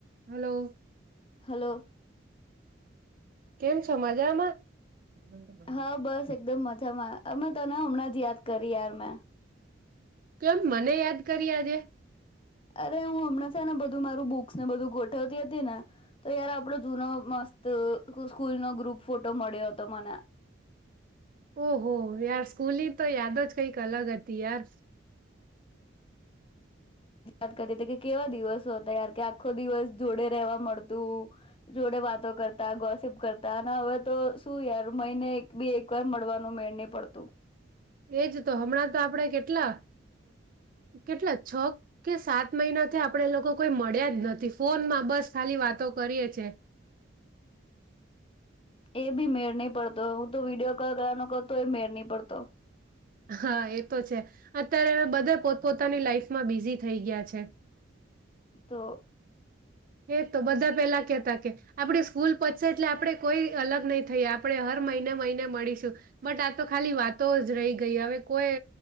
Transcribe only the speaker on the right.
Hello.
કેમ છો મજામાં. <inaudible>
કેમ મને યાદ કરી આજે.
ઓહો યાર સ્કૂલ ની તો યાદ જ કંઈક અલગ હતી યાર.
એજ તો હમણાં તો આપણે કેટલા કેટલા છ કે સાત મહિનાથી આપણે લોકો કોઈ મળ્યા જ નથી ફોનમાં બસ ખાલી વાતો કરીએ છે.
હા એ તો છે અત્યારે બધા પોત પોતાની લાઈફમાં બિઝી થઈ ગયા છે.
હે તો બધા પેલા કહેતા કે આપડી સ્કૂલ પછશે એટલે આપણે કોઈ અલગ નહી થઈ આપણે હર મહિને મહિને મળીશું બટ આ તો ખાલી વાતો જ રહી ગઈ હવે કોઈ